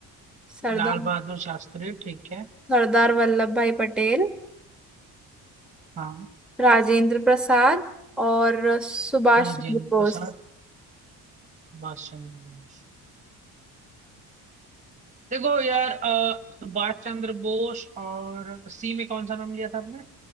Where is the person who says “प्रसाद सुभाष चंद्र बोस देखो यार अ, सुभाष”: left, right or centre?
Right